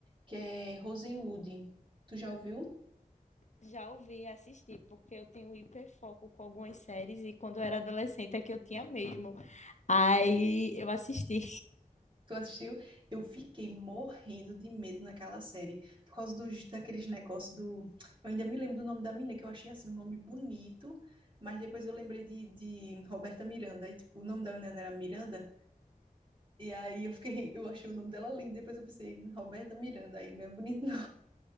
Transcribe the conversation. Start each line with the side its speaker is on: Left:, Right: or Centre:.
Right: que é Rosewood. Tu já ouviu?
Left: Já ouvi e assisti, porque eu tenho hiperfoco com algumas séries e quando eu era adolescente é que eu tinha mesmo. Aí eu assisti.
Right: Tu assistiu? Eu fiquei morrendo de medo naquela série, por causa dos, daqueles negócios do... Eu ainda me lembro do nome da menina, que eu achei, assim, um nome bonito, mas depois eu lembrei de, de Roberta Miranda, aí, tipo, o nome da menina era Miranda, e aí eu fiquei, eu achei o nome dela lindo, depois eu pensei, Roberta Miranda, aí não é bonito não.